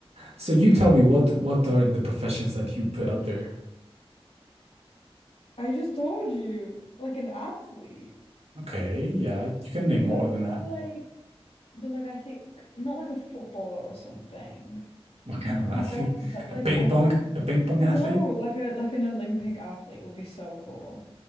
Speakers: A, on the right (about 85°); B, on the left (about 70°).
A: So you tell me what what are the professions that you put out there?
B: I just told you, like an athlete.
A: Okay, yeah, you can name
B: But
A: more
B: like,
A: than that.
B: but like, but like I think not like a footballer or something.
A: <laughs> What kind of athlete?
B: I feel like that's
A: A
B: like
A: ping
B: I
A: pong,
B: think
A: a ping pong
B: No,
A: athlete
B: like a like an Olympic athlete would be so cool.